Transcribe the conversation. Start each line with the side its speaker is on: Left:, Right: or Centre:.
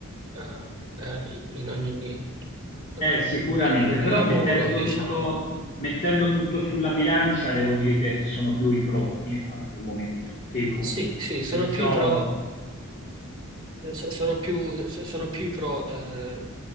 Right: eh, eh, in ogni eh,
Left: Eh, sicuramente,
Right: l- l-
Left: però
Right: lavoro,
Left: mettendo
Right: diciamo.
Left: tutto, mettendo tutto sulla bilancia, devo dire che sono più i pro eh, al momento che i contro.
Right: Sì, sì, sono
Left: Perciò
Right: più i pro Eh, So- Sono più, so- sono più i pro, eh,